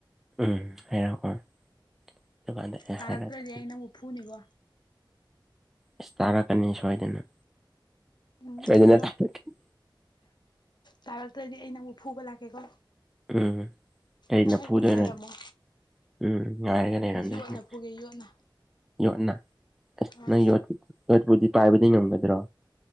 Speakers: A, in the centre; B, on the left (about 60°).
A: ꯎꯝ ꯍꯥꯏꯔꯛꯑꯣ ꯑꯗꯨꯀꯥꯟꯗ ꯑꯩ
B: ꯇꯥꯔꯛꯇ꯭ꯔꯗꯤ
A: ꯍꯥꯏꯔꯛꯀꯦ
B: ꯑꯩ ꯅꯪꯕꯨ ꯐꯨꯅꯤꯀꯣ
A: ꯏꯁ ꯇꯥꯔꯛꯀꯅꯤ ꯁꯣꯏꯗꯅ
B: ꯎꯝ
A: ꯁꯣꯏꯗꯅ
B: ꯑꯗꯣ
A: ꯇꯥꯔꯛꯀꯅꯤ
B: ꯇꯥꯔꯛꯇ꯭ꯔꯗꯤ ꯑꯩ ꯅꯪꯕꯨ ꯐꯨꯕ ꯂꯥꯛꯀꯦꯀꯣ
A: ꯎꯝ ꯀꯩꯅ
B: ꯅꯪ ꯑꯩꯕꯨ
A: ꯐꯨꯗꯣꯏꯅꯣ
B: ꯉꯥꯏꯔꯝꯃꯣ
A: ꯎꯝ ꯉꯥꯏꯔꯒ ꯂꯩꯔꯝꯗꯣꯏꯅꯦ
B: ꯌꯣꯠꯅ ꯐꯨꯒꯦ ꯌꯣꯠꯅ
A: ꯌꯣꯠꯅ ꯑꯁ
B: ꯍꯣꯏ
A: ꯅꯪ ꯌꯣꯠ ꯌꯣꯠꯄꯨꯗꯤ ꯄꯥꯏꯕꯗꯤ ꯉꯝꯒꯗ꯭ꯔꯣ